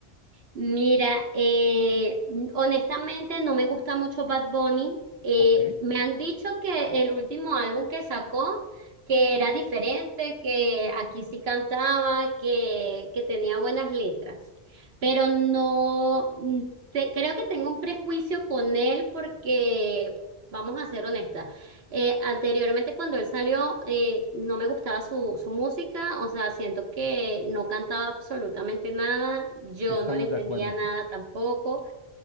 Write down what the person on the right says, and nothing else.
Mira, eh, honestamente no me gusta mucho Bad Bunny. Eh,
me han dicho que el último álbum que sacó, que era diferente, que aquí sí cantaba, que, que tenía buenas letras, pero no, mm, te- creo que tengo un prejuicio con él porque, vamos a ser honestas, eh, anteriormente cuando él salió, eh, no me gustaba su, su música, o sea, siento que no cantaba absolutamente nada, yo
no le entendía
nada tampoco.